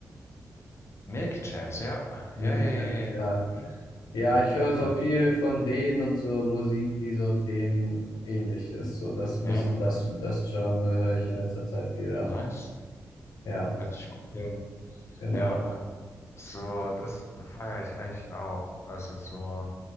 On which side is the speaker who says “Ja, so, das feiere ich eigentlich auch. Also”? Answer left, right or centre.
Left